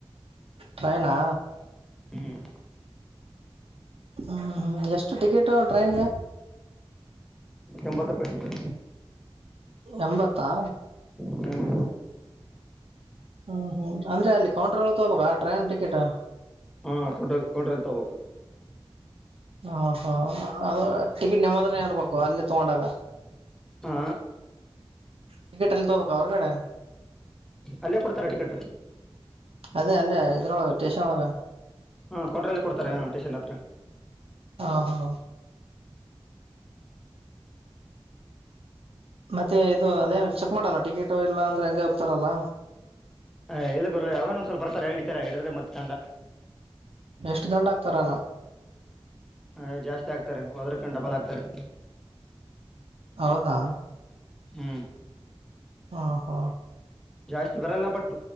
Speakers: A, on the right; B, in the centre.
A: ಟ್ರೈನಾ
B: ಹ್ಮ್
A: ಹ್ಮ್ ಹ್ಮ್ ಎಷ್ಟು ಟಿಕೆಟು ಟ್ರೈನ್ಗೆ
B: ಎಂಬತ್ತು ರೂಪಾಯಿ.
A: ಎಂಬತ್ತಾ
B: ಹ್ಮ್
A: ಹ್ಮ್ ಹ್ಮ್ ಅಂದ್ರೆ ಅಲ್ಲಿ ಕೌಂಟ್ ರಲ್ಲಿ ತಗೊಳ್ಬೇಕಾ ಟ್ರೈನ್ ಟಿಕೆಟ್.
B: ಹಾ ಕೊಂಡ ಕೊಂಡ್ರಲ್ ತೋಗಬೇಕು.
A: ಹ ಹಾ ಅದು ಟಿಕೆಟ್ ನಿಮ್ಮತ್ರನ ಇರರ್ಬೇಕು ಅಲ್ಲಿ ತಗೊಂಡಾಗ.
B: ಹಾ
A: ಟಿಕೆಟ್ ಎಲ್ಲಿ ತಗೋಬೇಕು ಹೊರಗಡೆ.
B: ಅಲ್ಲೇ ಕೊಡ್ತಾರೆ ಟಿಕೆಟ್.
A: ಅದೇ ಅಲ್ಲೇ ಇದ್ರೊಳಗೆ ಸ್ಟೇಷನ್ ಒಳಗ
B: ಹಾ ಕೌಂಟರಲ್ಲೆ ಕೊಡ್ತಾರೆ ಹ ಸ್ಟೇಷನ್ ಹತ್ರ.
A: ಹಾ ಹಾ ಮತ್ತೆ ಇದು ಅದೇನ್ ಚೆಕ್ ಮಾಡಲ್ಲ ಟಿಕೆಟ್ ಇಲ್ಲ ಅಂದ್ರೆ ಹಂಗೆ ಇರ್ತಾರಲ್ಲ.
B: ಏ ಇಲ್ಲ ಗುರು ಯಾವನ ಒಂದ್ ಬರ್ತಾರೆ ಹಿಡಿತಾರೆ ಹಿಡಿದ್ರೆ ಮತ್ತೆ ದಂಡ.
A: ಎಷ್ಟು ದಂಡ ಆಗ್ತಾರಣ್ಣಾ.
B: ಅ ಜಾಸ್ತಿ ಆಗ್ತಾರೆ ಹೋದ್ರ್ಕೊಂಡು ಡಬಲ್ ಆಗ್ತಾರೆ
A: ಹೌದಾ
B: ಹ್ಮ್
A: ಹಾ ಹಾ
B: ಜಾಸ್ತಿ ಬರಲ್ಲ ಬಟ್